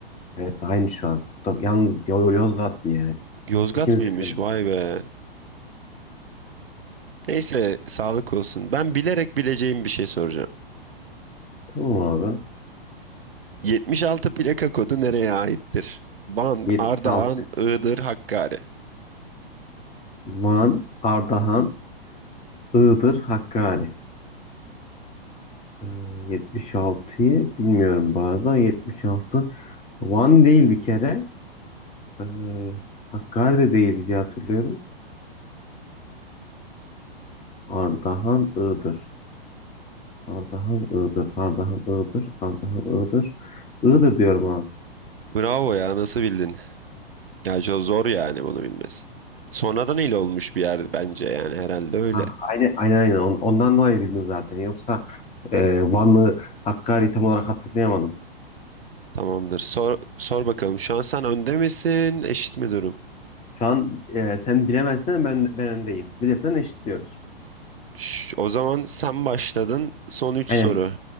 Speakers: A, on the left (about 20°); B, on the right (about 70°).
A: Evet aynı şu an. To- Yalnız Yo- Yo- Yozgat diye yani.
B: Yozgat
A: İkimiz
B: mıymış?
A: de bilemedik.
B: Vay be. Neyse sağlık olsun. Ben bilerek bileceğim bir şey soracağım.
A: Tamam abi.
B: 76 plaka kodu nereye aittir? Van,
A: 76.
B: Ardahan, Iğdır, Hakkari.
A: Van, Ardahan, Iğdır, Hakkari. Ee, 76'yı bilmiyorum bu arada. 76 Van değil bir kere. Ee, Hakkari de değil diye hatırlıyorum. Ardahan Iğdır. Ardahan Iğdır. Ardahan Iğdır. Ardahan Iğdır. Iğdır diyorum abi.
B: Bravo ya nasıl bildin? Ya çok zor yani bunu bilmesi. Sonradan il olmuş bir yer bence yani herhalde öyle.
A: Ha, aynen aynen aynen. On- Ondan dolayı bildim zaten. Yoksa e, Van'ı Hakkari tam olarak hatırlayamadım.
B: Tamamdır. Sor, sor bakalım. Şu an sen önde misin? Eşit mi durum?
A: Şu an e, sen bilemezsen ben ben öndeyim. Bilirsen eşitliyoruz.
B: Ş- o zaman sen başladın. Son üç
A: Aynen
B: soru.